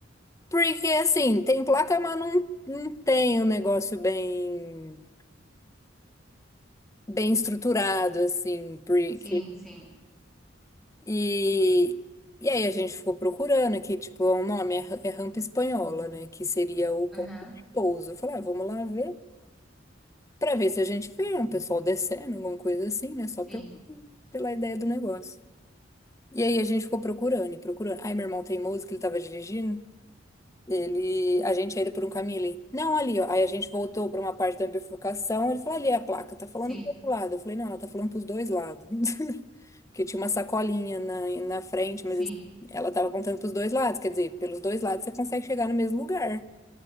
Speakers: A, on the left; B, in the centre.
A: Porque, assim, tem placa, mas não, não tem um negócio bem, bem estruturado, assim, porque...
B: Sim, sim.
A: E, e aí a gente ficou procurando aqui, tipo, o nome é, ra- é rampa espanhola, né? Que seria o ponto
B: Aham.
A: de pouso. Eu falei, ah, vamos lá ver. Pra ver se a gente vê um pessoal descendo, alguma coisa assim, né? Só
B: Sim,
A: pela, pela ideia do negócio. E aí a gente ficou procurando e procurando. Aí meu irmão teimoso que ele tava dirigindo, ele, a gente ia indo por um caminho ali. Não, ali, ó. Aí a gente voltou pra uma parte da bifurcação, ele falou, ali é a placa, tá falando
B: sim,
A: pro outro lado. Eu falei, não, ela tá falando pros dois lados. <laughs> Porque tinha uma sacolinha na, na frente,
B: sim.
A: mas assim, ela tava apontando pros dois lados. Quer dizer, pelos dois lados você consegue chegar no mesmo lugar.